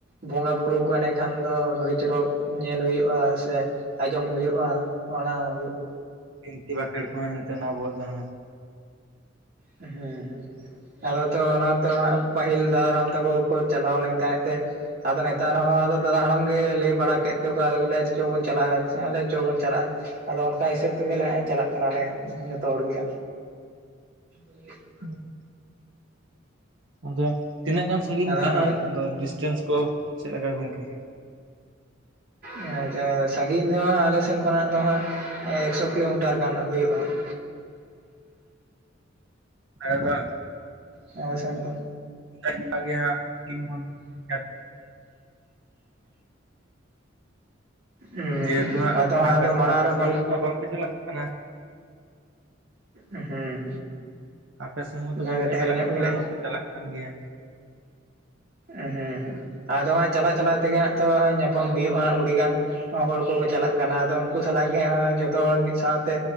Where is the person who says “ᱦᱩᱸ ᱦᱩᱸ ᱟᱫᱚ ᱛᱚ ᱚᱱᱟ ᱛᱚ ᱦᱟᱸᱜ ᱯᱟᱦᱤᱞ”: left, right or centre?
Right